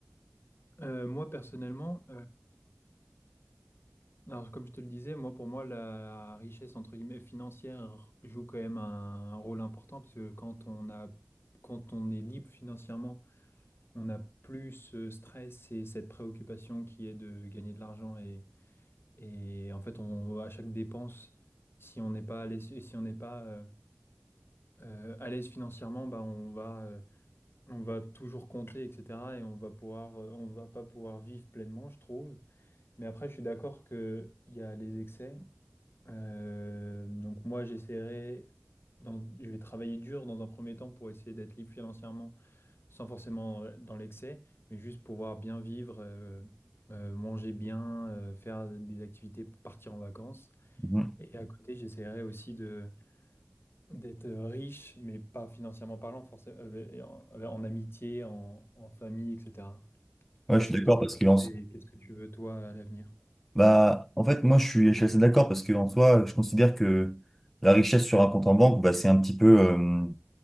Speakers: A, on the left (about 70°); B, in the centre.
A: Euh, moi, personnellement, Alors, comme je te le disais, moi, pour moi, la richesse, entre guillemets, financière joue quand même un rôle important parce que quand on a, quand on est libre financièrement, on n'a plus ce stress et cette préoccupation qui est de gagner de l'argent et, et en fait, on, à chaque dépense, si on n'est pas à l'aise, et si on n'est pas euh, euh, à l'aise financièrement, bah, on va, euh, on va toujours compter, etc. et on va pouvoir, euh, on va pas pouvoir vivre pleinement, je trouve. Mais après, je suis d'accord qu'il y a les excès. Euh, donc moi, j'essaierai, dans- je vais travailler dur dans un premier temps pour essayer d'être libre financièrement, sans forcément euh, dans l'excès, mais juste pouvoir bien vivre, euh, euh, manger bien, euh, faire des activités, partir en vacances.
B: Mhm.
A: Et à côté, j'essaierai aussi de d'être riche, mais pas financièrement parlant, forcément, euh, en, euh, en amitié, en, en famille, etc. Je
B: Ouais,
A: sais pas
B: je suis
A: ce que
B: d'accord
A: t'en penses
B: parce que en,
A: toi, et qu'est-ce que tu veux toi à l'avenir.
B: bah, en fait, moi, je suis, je suis assez d'accord parce que en soi, je considère que la richesse sur un compte en banque, bah, c'est un petit peu, euh,